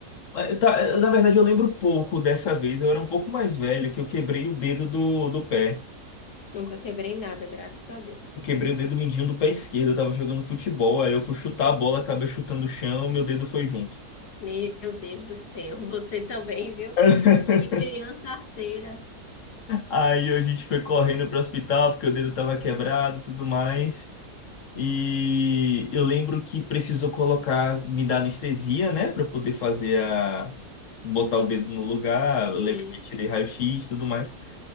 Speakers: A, on the left; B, on the left.
A: Mas eu tá- eu, na verdade, eu lembro pouco dessa vez. Eu era um pouco mais velho, que eu quebrei o dedo do, do pé.
B: Nunca quebrei nada, graças a Deus.
A: Eu quebrei o dedo mindinho do pé esquerdo. Eu tava jogando futebol. Aí eu fui chutar a bola, acabei chutando o chão, meu dedo foi junto.
B: Meu Deus do céu, <laughs> você também, viu?
A: <laughs>
B: E criança arteira
A: Aí a gente foi correndo pro hospital porque o dedo tava quebrado, e tudo mais. E eu lembro que precisou colocar, me dar anestesia, né, Pra eu poder fazer a botar o dedo no lugar. Eu
B: e
A: lembro que tirei raio-x, e tudo mais.